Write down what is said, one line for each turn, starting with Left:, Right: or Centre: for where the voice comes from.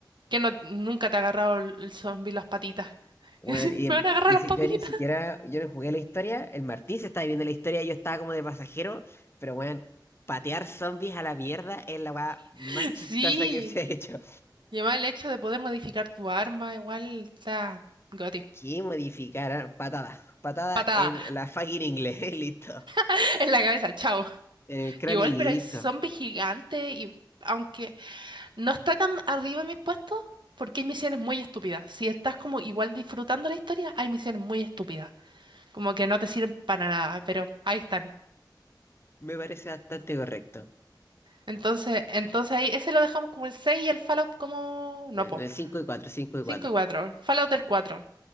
Right: que no, nunca te ha agarrado el el zombie las patitas. <laughs>
Left: Bueno,
Right: Y decir,
Left: y,
Right: me van a agarrar
Left: y
Right: las
Left: si-
Right: patitas.
Left: yo ni siquiera, yo no jugué la historia, el Martín se estaba viviendo la historia, yo estaba como de pasajero, pero bueno, patear zombies a la mierda es la weá más
Right: <laughs>
Left: chistosa
Right: Sí,
Left: que se ha hecho.
Right: y además el hecho de poder modificar tu arma, igual está goti.
Left: ¿Qué modificar? Ah, Patada, patada
Right: Patada
Left: en la fucking inglés, <laughs> listo.
Right: <laughs> en la cabeza, chao.
Left: En el cráneo
Right: Igual,
Left: y listo.
Right: pero hay zombies gigantes y aunque no está tan arriba mis puestos, porque hay misiones muy estúpidas. Si estás como igual disfrutando la historia, hay misiones muy estúpidas, como que no te sirven para nada, pero ahí están.
Left: Me parece bastante correcto.
Right: Entonces, entonces ahí ese lo dejamos como el 6 y el Fallout como no,
Left: En
Right: po.
Left: el 5 y cuatro 5 y
Right: cinco
Left: cuatro
Right: y 4 Fallout del cuatro